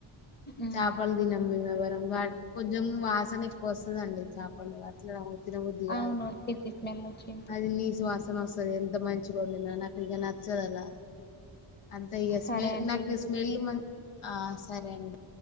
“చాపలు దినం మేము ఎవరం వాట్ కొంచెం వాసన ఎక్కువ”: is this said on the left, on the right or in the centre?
Left